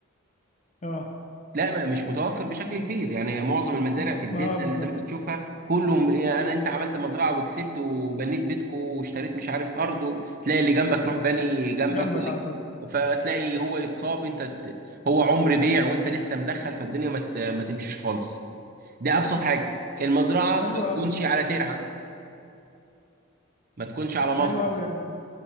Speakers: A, on the left; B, on the right.
A: اه
B: لا ما- مش متوفر بشكل كبير يعني معظم المزارع
A: م-
B: في الدلتا
A: ما اه بالظبط
B: اللي زي ما انت تشوفها كله يعني انا انت عملت مزرعه وكسبت وبنيت بيتكو واشتريت مش عارف ارض و- تلاقي اللي جنبك روح بني جنبك
A: جنبك
B: واللي
A: على طول
B: فتلاقي هو يتصاب انت ت- هو عمر بيع وانت لسه مدخل فالدنيا ما ت- ما تمشيش خالص ده ابسط حاجه المزرعه
A: حلو
B: ما
A: قوي
B: تكونش على ترعه ما تكونش على مصرف
A: حلو قوي يعني